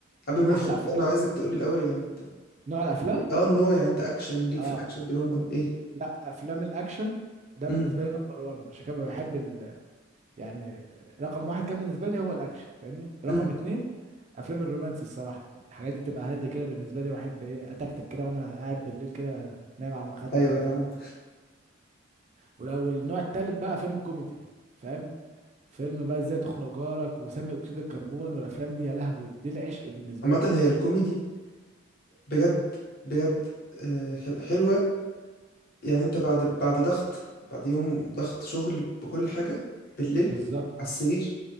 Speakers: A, on the left (about 50°); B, on the right (about 35°).
A: قبل ما ندخل
B: أحلى
A: كده
B: أفلام
A: انا عايزك تقول لي الاول يعني انت
B: نوع الأفلام
A: اه النوع يعني انت اكشن ليك
B: آه.
A: في الاكشن دراما ايه
B: لا افلام الاكشن ده
A: امم
B: بالنسبه لي نمبر 1 عشان كده بحب ال... يعني رقم واحد كان بالنسبه لي هو الاكشن فاهمني رقم
A: امم
B: اتنين افلام الرومانسي الصراحه الحاجات دي بتبقى هاديه كده بالنسبه لي واحب ايه اتكتك كده وانا قاعد بالليل كده نايم على المخده
A: ايوه
B: وكده
A: يا
B: فاهم
A: عم
B: والاول النوع التالت بقى فيلم كوميدي فاهم فيلم بقى ازاي تخنق جارك وسامي اكسيد الكربون والافلام دي يا لهوي دي العشق بالنسبه
A: عامه
B: لي
A: هي الكوميدي بجد بجد آه، حل- حلوه يعني انت بعد بعد ضغط بعد يوم ضغط شغل بكل حاجة بالليل
B: بالظبط
A: على السرير